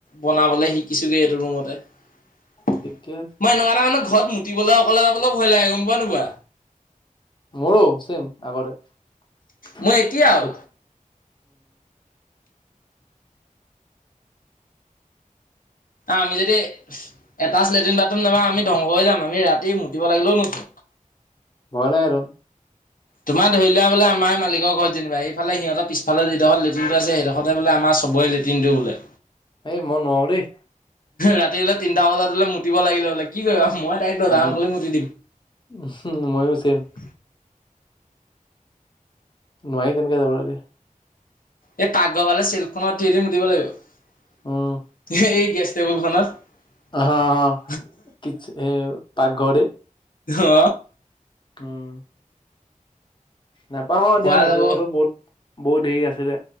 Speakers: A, on the left; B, on the left.
A: বনাবলৈ শিকি কিছোগে এইটো ৰুমতে মই
B: ঠিকে আছে
A: এনেকুৱা এটা মানুহ। ঘৰত মুতিবলৈ অকলে যাবলৈ ভয় লাগে গম পোৱা নোপোৱা
B: মোৰো চেম আগৰে সেই
A: মই এতিয়াও আমি যদি এটা লেট্ৰিন বাথৰুম নাপাওঁ আমি ধ্বংস হৈ যাম আমি ৰাতি মুতিব লাগিলেও নুথো।
B: ভয় লাগে টো
A: তোমাৰ ধৰিলোৱা বোলে আমাৰ মালিকৰ ঘৰত যেনিবা এইফালে সিহঁৰ পিছফালে যিদখত লটিনটো আছে সেইডখতে বোলে আমাৰ চবৰে লেট্ৰিনটোৱে বোলে।
B: এ মই নোৱাৰো দেই
A: ৰাতি বোলে তিনিটা বজাত হলে মুতিব লাগিলে বোলে কি কৰিবা মই দাৰেক দৰ্জাখন
B: উহু,
A: খুলি মুতি
B: উহু, ময়ো চেম
A: দিম
B: নোৱাৰি তেনেকে যাবলে দে।
A: এই পাগঘৰ ফালে চিলখনত উঠি উঠি মুতিব লাগিব
B: উম,
A: এই গেছ টেবুল খনাত
B: আহা আহা কি সে পাকঘৰতে
A: অ
B: উম। নাপাহো অ
A: পৰা
B: দিয়া সেইটো
A: যাব।
B: ৰুমতো বহুত বহুত দেৰি আছিল